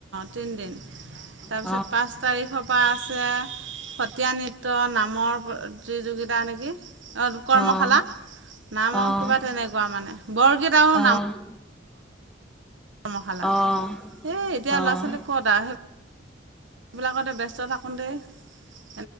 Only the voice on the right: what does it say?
তিনিদিন তাৰপিছত
পাঁচ তাৰিখৰ পা <unintelligible> সত্ৰীয়া নৃত্য নামৰ প্ৰতিযোগিতা নেকি? অ কৰ্মশালা
নাম
আৰু কিবা তেনেকুৱা মানে বৰগীত আৰু নাম
গৰ মখালা
এই এতিয়া
ল'ৰা ছোৱালীক ক'ত আৰু সেই <unintelligible> সেইবিলাকতে ব্যস্ত থাকোঁতেই। <unintelligible>